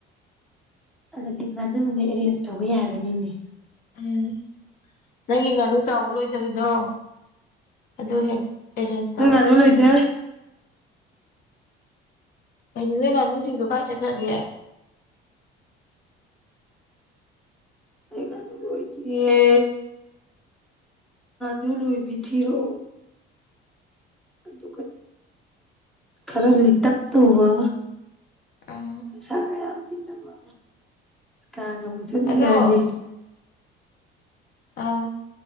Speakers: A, in the centre; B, on the left.
A: ꯑꯗꯨꯗꯤ ꯉ ꯑꯗꯨ ꯑꯦꯔꯦꯟꯖ ꯇꯧꯕ ꯌꯥꯒꯅꯤꯅꯦ
B: ꯎꯝ ꯅꯪꯒꯤ ꯉꯥꯅꯨ ꯆꯥꯎꯕ ꯂꯣꯏꯗꯕꯤꯗꯣ ꯑꯗꯨ ꯍꯦꯛ ꯑꯦꯔꯦꯟꯖ ꯇꯧꯔꯣ
A: ꯑꯩ ꯉꯒꯥꯅ ꯂꯩꯇꯦ
B: ꯀꯩꯅꯅꯦ ꯉꯥꯅꯨꯁꯤꯡꯗꯣ ꯀꯥꯏ ꯆꯠꯈ꯭ꯔꯒꯦ
A: ꯍꯀꯥꯟꯗ ꯂꯣꯏꯗꯤꯌꯦ ꯅꯨ ꯂꯣꯏ ꯤꯊꯤꯔꯣ ꯑꯗꯨꯒ ꯈꯔ ꯂꯤꯇꯛ ꯇꯨꯕ
B: ꯎꯝ
A: ꯄꯩꯁꯥ ꯀꯌꯥꯗꯕꯤꯤꯗꯕ ꯀ ꯌꯥꯝ ꯆꯠꯅꯤꯡꯉꯦ
B: ꯑꯗꯣ
A: ꯍꯥꯏꯗꯤ
B: ꯑꯥ